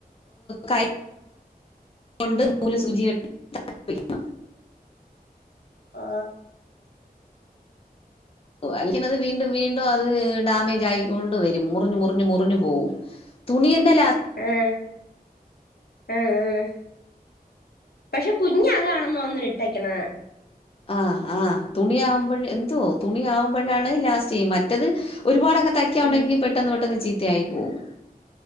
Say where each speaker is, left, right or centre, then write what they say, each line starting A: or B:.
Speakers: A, on the left (about 35°); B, on the left (about 75°).
A: കൈ കൊണ്ട് നൂലും സൂചിയ എടുത്തങ്ങ് വെയ്ക്കണം
B: ഓ
A: അല്ലെങ്കി അത് വീണ്ടും വീണ്ടും അത് ഡാമേജ് ആയിക്കൊണ്ട് വരും മുറിഞ്ഞുമുറിഞ്ഞു മുറിഞ്ഞു പോവും തുണിതന്നെ
B: ആഹ ആഹ ആഹ പക്ഷെ കുഞ്ഞി അതാണെന്ന് വന്ന് ഇട്ടക്കണ
A: ആഹ ആഹ് തുണിയ ആവുമ്പോഴ എന്തോ തുണിയ ആവുമ്പോഴാണ് ലാസ്റ്റ് ചെയ മറ്റത് ഒരുപാടൊക്കെ തയ്ക്കാ
B: ഉം
A: ഉണ്ടങ്കി പെട്ടെന്ന് പെട്ടെന്ന് ചീ ത്തയായി പോവും.